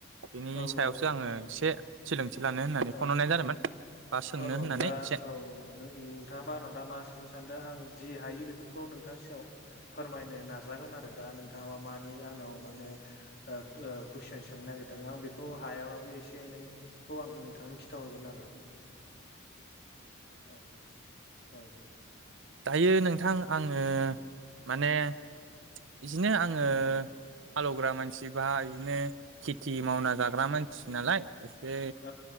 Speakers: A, on the right; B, on the left.
A: बेनि
B: औ
A: सायावसो
B: औ
A: आङो एसे सोलोंथि लानो होननानै फन
B: औ
A: हरनाय जादोंमोन। बा सोंनो
B: औ औ
A: होननानै
B: दा
A: एसे
B: औ नो-नोंथाङाबा आंनाव दा मा सोंनो सानदों आं जि हायो बेफोरखौ खौ नोंथां सेराव फोरमायनो नाजागोन आरो दा नोंथाङाबा मानि आंनाव माने ओ कुइसन सोंनो नागिरदों आं बेखौ हायाबाबो एसे एनैखौ आं नोंथांनो खिथाहरगोन आरो। औ औ।
A: दायो नोंथां आङो माने बिदिनो आङो
B: औ
A: हालौग्रा मानसि बा बिदिनो खेथि मावना जाग्रा मानसि सि नालाय एसे
B: औ